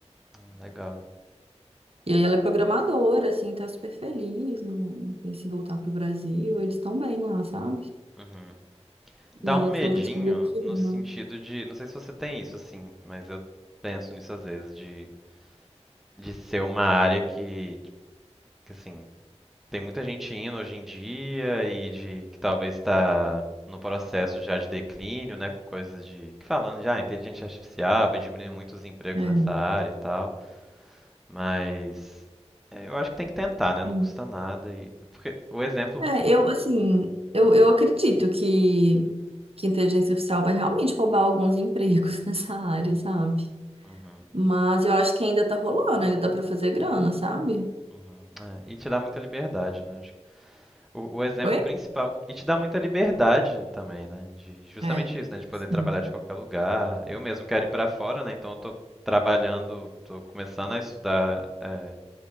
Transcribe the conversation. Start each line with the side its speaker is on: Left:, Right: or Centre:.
Centre: hum, Legal.
Right: E aí, ela é programadora, assim, tá super feliz. Não pensa em voltar pro Brasil. Eles estão bem lá, sabe?
Centre: Uhum. Dá
Right: E ela
Centre: um medinho
Right: falou que descobriu que
Centre: no
Right: ama.
Centre: sentido de, não sei se você tem isso assim, mas eu penso nisso às vezes de de ser uma área que, que assim, Tem muita gente indo hoje em dia e de que talvez está no processo já de declínio, né, com coisas de que falando de ah, inteligência artificial vai diminuir muito os empregos
Right: É.
Centre: nessa área e tal, mas é, eu acho que tem que tentar, né?
Right: Hum.
Centre: Não custa nada e porque o exemplo
Right: É, eu, assim, eu, eu acredito que, que a inteligência artificial vai realmente roubar alguns empregos <laughs> nessa área, sabe?
Centre: Uhum,
Right: Mas eu acho que ainda tá rolando, ainda dá pra fazer grana, sabe?
Centre: uhum, é, e te dá muita liberdade, né? O, o exemplo
Right: Oi?
Centre: principal. E te dá muita liberdade também, né? De, justamente
Right: É,
Centre: isso, né? De poder
Right: sim,
Centre: trabalhar de qualquer lugar. Eu mesmo quero ir para fora, né? Então eu tô trabalhando, tô começando a estudar é,